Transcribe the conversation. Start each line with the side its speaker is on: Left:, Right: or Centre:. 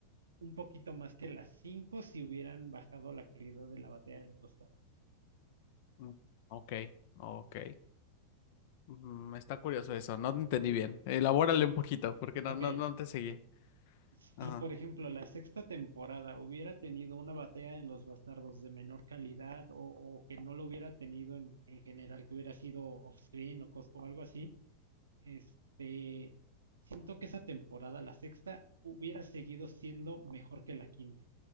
Right: un poquito más que las 5 si hubieran bajado la calidad de la batalla de los bastardos.
Left: Mm, Ok, ok. Mm, está curioso eso, no te entendí bien. Elabórale un poquito, porque no,
Right: Ok,
Left: no, no te seguí.
Right: si
Left: Ajá,
Right: por ejemplo la sexta temporada hubiera tenido una batalla de los bastardos de menor calidad o, o que no lo hubiera tenido en, en general, que hubiera sido off-screen o, cos- o algo así, Este, siento que esa temporada, la sexta, hubiera seguido siendo mejor que la quinta.